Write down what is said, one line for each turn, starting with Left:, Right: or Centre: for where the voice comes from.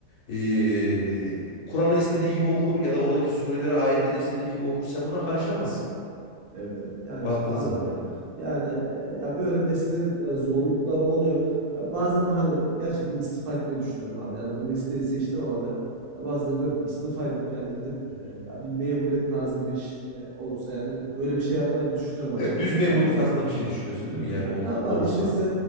Left: e, Kur'an'ı istediği gibi okur ya da oradaki sureleri, ayetleri istediği gibi okur. Sen buna karışamazsın
Right: Evet evet yani
Left: baktığın
Right: işte abi
Left: zaman yani.
Right: yani e, ya böyle mesleğin e, zorlukları oluyor ya bazen de hani gerçekten istifa etmeyi düşünüyorum abi yani bu mesleği seçtim ama ben ya bazen diyorum ki istifa edip yani gidip
Left: Hı hı.
Right: e, ya bir memuriyet tarzı bir iş e, olursa yani böyle bir şey yapmayı da düşünüyorum açıkçası
Left: Evet düz memurluk
Right: ne yalan söyleyeyim.
Left: tarzında bir şey düşünüyorsun değil mi yani
Right: Ya
Left: ol-
Right: tabii abi
Left: olursa?
Right: işte size